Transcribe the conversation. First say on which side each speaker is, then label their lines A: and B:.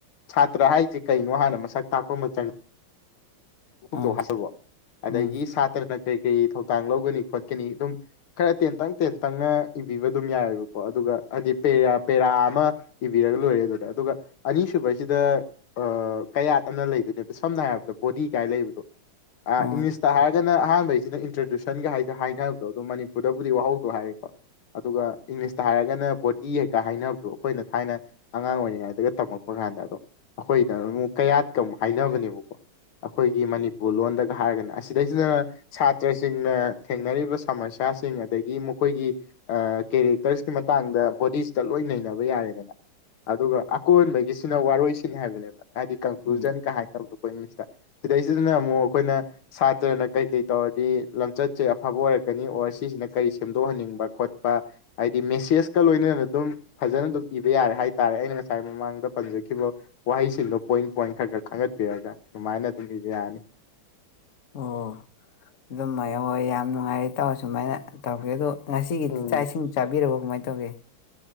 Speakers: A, on the left; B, on the left.
A: ꯁꯥꯇ꯭ꯔ ꯍꯥꯏꯁꯤ ꯀꯩꯅꯣ ꯍꯥꯟꯅ ꯃꯁꯛ ꯇꯥꯛꯄ ꯑꯃ ꯆꯪꯏ ꯍꯥꯏꯖꯕ
B: ꯑꯥ
A: ꯑꯗꯒꯤ
B: ꯎꯝ
A: ꯁꯥꯇ꯭ꯔꯅ ꯀꯩ ꯀꯩ ꯊꯧꯗꯥꯡ ꯂꯧꯒꯅꯤ ꯐꯛꯀꯦꯅꯤ ꯑꯗꯨꯝ ꯈꯔ ꯇꯦꯟꯇꯪ ꯇꯦꯟꯇꯪꯅ ꯏꯕꯤꯕ ꯑꯗꯨꯝ ꯌꯥꯏꯑꯕꯀꯣ ꯑꯗꯨꯒ ꯍꯥꯏꯗꯤ ꯄꯦꯔ ꯄꯦꯔꯥ ꯑꯃ ꯏꯕꯤꯔꯒ ꯂꯣꯏꯔꯦ ꯑꯗꯨ ꯑꯗꯨꯒ ꯑꯅꯤꯁꯨꯕꯁꯤꯗ ꯑ ꯀꯌꯥꯠ ꯑꯅ ꯂꯩꯗꯣꯏꯅꯦꯕ ꯁꯝꯅ ꯍꯥꯏꯔꯕꯗ ꯕꯣꯗꯤ ꯀꯥꯏ ꯂꯩꯕꯗꯣ ꯑ
B: ꯑꯥ
A: ꯏꯪꯂꯤꯁꯇ ꯍꯥꯏꯔꯒꯅ ꯑꯍꯥꯟꯕꯩꯁꯦ ꯁꯤꯅ ꯏꯟꯇ꯭ꯔꯗ꯭ꯌꯨꯁꯟꯒ ꯍꯥꯏꯁ ꯍꯥꯏꯅꯕꯗꯣ ꯑꯗꯨꯝ ꯃꯅꯤꯄꯨꯔꯗꯕꯨꯗꯤ ꯋꯥꯍꯧꯗꯣ ꯍꯥꯏꯔꯦꯀꯣ ꯑꯗꯨꯒ ꯏꯪꯂꯤꯁꯇ ꯍꯥꯏꯔꯒꯅ ꯕꯣꯗꯤ ꯍꯦꯛꯀ ꯍꯥꯏꯅꯕꯗꯣ ꯑꯩꯈꯣꯏꯅ ꯊꯥꯏꯅ ꯑꯉꯥꯡ ꯑꯣꯏꯔꯤꯩ ꯗꯒ ꯇꯝꯃꯛꯄ ꯀꯥꯟꯗ ꯑꯗꯣ ꯑꯩꯈꯣꯏꯅ ꯑꯃꯨꯛ ꯀꯌꯥꯠꯀ ꯑꯃꯨꯛ ꯍꯥꯏꯅꯕꯅꯦꯕꯀꯣ ꯑꯩꯈꯣꯏꯒꯤ ꯃꯅꯤꯄꯨꯔ ꯂꯣꯟꯗꯒ ꯍꯥꯏꯔꯒꯅ ꯑꯁꯤꯗꯩꯁꯤꯗ ꯁꯥꯇ꯭ꯔꯁꯤꯡꯅ ꯊꯦꯡꯅꯔꯤꯕ ꯁꯃꯁ꯭ꯌꯥꯁꯤꯡ ꯑꯗꯒꯤ ꯃꯈꯣꯏꯒꯤ ꯑ ꯀꯦꯔꯦꯛꯇꯔꯁꯀꯤ ꯃꯇꯥꯡꯗ ꯕꯣꯗꯤꯁꯤꯗ ꯂꯣꯏ ꯅꯩꯅꯕ ꯌꯥꯔꯦꯗꯅ ꯑꯗꯨꯒ ꯑꯀꯣꯟꯕꯒꯤꯁꯤꯅ ꯋꯥꯔꯣꯏ ꯆꯤꯡꯍꯥꯏꯕꯅꯦꯕꯕꯥ ꯍꯥꯏꯗꯤ ꯀꯟꯀ꯭ꯂꯨꯖꯟ
B: ꯎꯝ
A: ꯀꯥꯏ ꯇꯧꯗꯅꯣ ꯑꯩ ꯏꯪꯂꯤꯁꯇ ꯁꯤꯗꯩꯁꯤꯗꯅ ꯑꯃꯨꯛ ꯑꯩꯈꯣꯏꯅ ꯁꯥꯇ꯭ꯔꯅ ꯀꯩ ꯀꯩ ꯇꯧꯔꯗꯤ ꯂꯝꯆꯠꯁꯦ ꯑꯐꯕ ꯑꯣꯏꯔꯛꯀꯅꯤ ꯑꯣꯔ ꯁꯤꯁꯤꯅ ꯀꯔꯤ ꯁꯦꯝꯗꯣꯛꯍꯟꯅꯤꯡꯕ ꯈꯣꯠꯄ ꯍꯥꯏꯗꯤ ꯃꯦꯁꯦꯁꯀ ꯂꯣꯏꯅꯅ ꯑꯗꯨꯝ ꯐꯖꯅ ꯑꯗꯨꯝ ꯏꯕ ꯌꯥꯔꯦ ꯍꯥꯏ ꯇꯔꯦ ꯑꯩꯅ ꯉꯁꯥꯏ ꯉꯁꯥꯏ ꯃꯃꯥꯡꯗ ꯄꯟꯖꯈꯤꯕ ꯋꯥꯍꯩ ꯁꯤꯗꯣ ꯄꯣꯏꯟ ꯄꯣꯏꯟ ꯈꯔ ꯈꯔ ꯈꯪꯒꯠꯄꯤꯔꯒ ꯑꯗꯨꯃꯥꯏꯅ ꯑꯗꯨꯝ ꯏꯕ ꯌꯥꯅꯤ
B: ꯑꯣ ꯑꯗꯨꯝ ꯍꯣꯏ ꯌꯥꯝ ꯅꯨꯡꯉꯥꯏꯔꯦ ꯇꯥꯑꯣ ꯁꯨꯃꯥꯏꯅ ꯇꯧꯒꯦ ꯑꯗꯣ ꯉꯁꯤꯒꯤꯗꯤ
A: ꯎꯝ
B: ꯆꯥꯛ ꯏꯁꯤꯡ ꯆꯥꯕꯤꯔꯔꯕ ꯀꯃꯥꯏꯅ ꯇꯧꯒꯦ